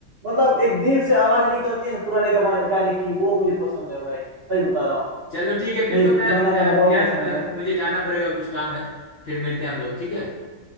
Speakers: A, on the right (about 55°); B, on the left (about 55°).
A: मतलब एक दिल से आवाज निकलती है ना पुराने गा- गाने की वो मुझे पसंद है भाई सही बता रहा हूँ
B: चलो ठीक है फिर
A: मुझे
B: तो
A: पुराना
B: मैं अ,
A: गाना बहुत
B: यार
A: पसंद
B: अ,
A: है
B: मुझे जाना पड़ेगा कुछ काम है फिर मिलते हैं हम लोग ठीक है